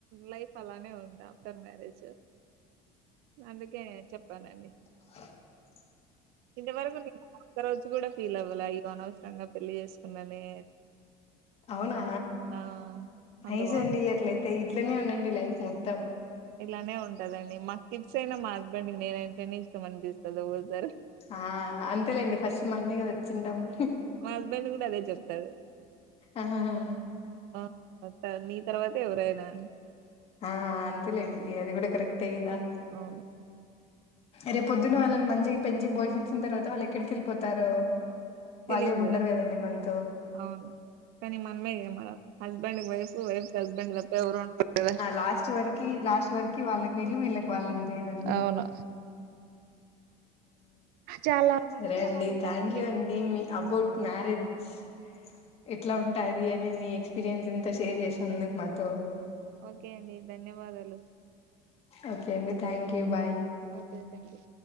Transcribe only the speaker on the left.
హ్మ్మ్
అవునా
నైస్
అండి అట్లయితే ఇట్ల నే ఉన్న నీ లైఫ్ మొత్తం
ఆ అంతేలేండి ఫస్ట్ మనమే కదా వచ్చింటాము
ఆహ్
ఆ అంతేలేండి అది కూడా కరెక్ట్ తెయదా
రేపు పొద్దున్న వాళ్ళని మంచిగా పెంచి భోషించిన తర్వాత వాళ్ళు ఎక్కడికి వెళ్ళిపోతారు
వాళ్ళే ఉన్నారు
కదండి మనతో
లాస్ట్ వరకి లాస్ట్ వరికి వాళ్ళకి వీళ్లు వీళకి వాళ్ళంతే అండి
సరే అండి
థ్యాంక్ యూ అండి మీ అబౌట్ మ్యారేజ్ ఎట్లా ఉంటాది అని మీ ఎక్స్పీరియన్స్ ఎంత షేర్ చేసినందుకు మాతో
ఓకే అండి thank you bye